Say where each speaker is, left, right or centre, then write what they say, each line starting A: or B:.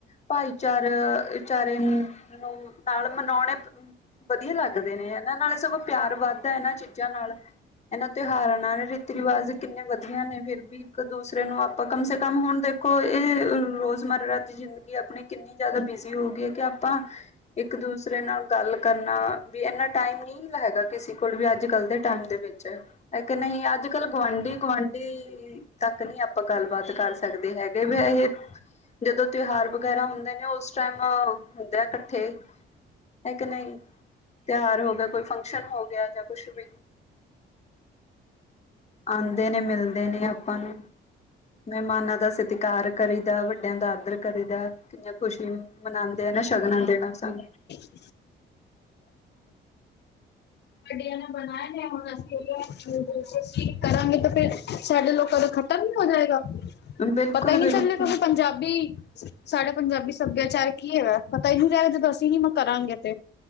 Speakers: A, on the left; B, on the left.
A: ਭਾਈ ਚਾਰਾ, ਚਾਰੇ ਨੂੰ ਨਾਲ ਮਨੋਣੈ ਵਧੀਆ ਲੱਗਦੇ ਨੇ, ਐਨਾਂ ਨਾਲ ਸਗੋਂ ਪਿਆਰ ਵੱਧਦਾ ਐਨਾਂ ਚੀਜ਼ਾਂ ਨਾਲ। ਐਨਾਂ ਤਿਉਹਾਰਾਂ ਨਾਲ ਰੀਤੀ-ਰਿਵਾਜ ਕਿੰਨੇ ਵਧੀਆ ਨੇ ਫੇਰ ਵੀ ਇੱਕ ਦੂਸਰੇ ਨੂੰ ਆਪਾਂ ਕਮ ਸੇ ਕਮ ਹੁਣ ਦੇਖੋ ਏ ਰੋਜ਼ ਮਰਾਂ ਦੀ ਜਿੰਦਗੀ ਗੀ ਅਪਣੀ ਕਿੰਨੀ ਜਾਦਾ ਬਿਜ਼ੀ ਹੋ ਗਈ ਐ ਕਿ ਆਪਾਂ ਇੱਕ ਦੂਸਰੇ ਨਾਲ ਗੱਲ ਕਰਨਾ, ਵੀ ਐਨਾ ਟਾਈਮ ਨੀ ਹੈਗਾ ਕਿਸੀ ਕੋਲ ਵੀ ਅੱਜ- ਕੱਲ ਦੇ ਟਾਈਮ ਦੇ ਵਿੱਚ। ਇੱਕ ਨਈ ਅੱਜ ਕੱਲ੍ਹ ਗੁਆਂਢੀ- ਗੁਆਂਢੀ ਤੱਕ ਨੀ ਆਪਾਂ ਗੱਲਬਾਤ ਕਰ ਸਕਦੇ ਹੈਗੇ ਵੀ ਇਹ ਜਦੋਂ ਤਿਉਹਾਰ ਵਗੈਰਾ ਹੁੰਦੇ ਨੇ ਉਸ ਟਾਈਮ ਹੁੰਦੇ ਆ ਕੱਠੇ। ਏਕ ਨਈ ਤਿਉਹਾਰ ਹੋ ਗਿਆ, ਕੋਈ ਫੰਕਸ਼ਨ ਹੋ ਗਿਆ ਯਾਂ ਕੁਛ ਵੀ ਆਂਦੇ ਨੇ, ਮਿਲਦੇ ਨੇ ਆਪਾਂ ਨੂੰ, ਮਹਿਮਾਨਾਂ ਦਾ ਸਤਿਕਾਰ ਕਰੀ ਦਾ, ਵੱਡਿਆਂ ਦਾ ਆਦਰ ਕਰੀ ਦਾ ਕਿੰਨੀ ਖੁਸ਼ੀ ਮਿ ਮਨਾਂਦੇ ਐ ਨਾ ਸ਼ਗਨਾਂ ਦੇ ਨਾ ਸਾਨੂੰ।
B: <unintelligible> ਵੱਡੀਆਂ ਨੇ ਬਣਾਏ ਨੇ ਹੁਣ ਅਸੀਂ <unintelligible> ਕਰਾਂਗੇ ਤਾਂ ਫਿਰ ਸਾਡੇ ਲੋਕਾਂ ਦੇ <unintelligible> ਨੀ ਹੋ ਜਾਏਗਾ।
A: ਬਿਲਕੁਲ
B: ਪਤਾ ਈ ਨੀ
A: ਬਿਲਕੁਲ
B: ਚਲਨਾ ਕਿਉਕਿ ਪੰਜਾਬੀ, ਸਾਡਾ ਪੰਜਾਬੀ ਸੱਭਿਆਚਾਰ ਕ ਕੀ ਹੈਗਾ? ਪਤਾ ਈ ਨੀ ਰਿਆ ਜਦੋਂ ਅਸੀਂ ਇਨੂੰ ਕਰਾਂਗੇ ਤੇ।